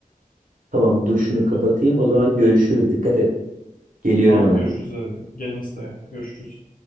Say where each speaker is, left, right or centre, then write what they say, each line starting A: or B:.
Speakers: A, on the right (about 65°); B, on the left (about 65°).
A: Tamam dur şunu kapatayım
B: Bir,
A: o zaman görüşürüz. Dikkat et. Geliyorum
B: tamam
A: hemen.
B: görüşürüz hadi. Gel Insta'ya. Görüşürüz.